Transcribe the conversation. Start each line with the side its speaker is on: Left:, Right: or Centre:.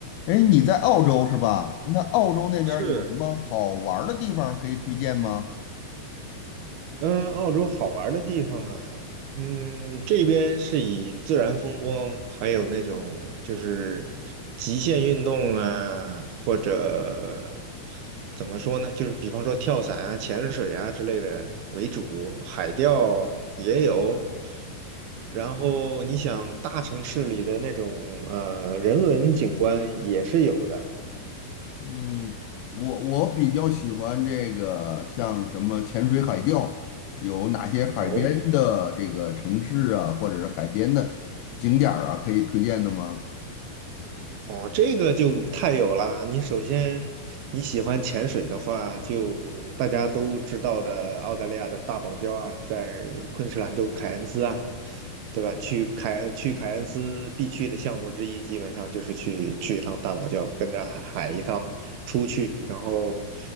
Left: 哎，你在澳洲是吧？那澳洲那边儿有什么好玩儿的地方可以推荐吗？
Right: 是，嗯，澳洲好玩儿的地方啊，嗯，这边是以自然风光，还有那种就是极限运动啊，或者怎么说呢，就是比方说跳伞啊、潜水啊之类的为主，海钓也有。然后你想大城市里的那种呃人文景观也是有的。
Left: 嗯，我我比较喜欢这个，像什么潜水、海钓，有哪些海边的这个城市啊，
Right: 哦。
Left: 或者是海边的景点儿啊，可以推荐的吗？
Right: 哦，这个就太有啦！你首先你喜欢潜水的话，就大家都知道的澳大利亚的大堡礁啊，在昆士兰州凯恩斯啊，对吧？去凯恩去凯恩斯必去的项目之一，基本上就是去去一趟大堡礁，跟着海海一趟出去。然后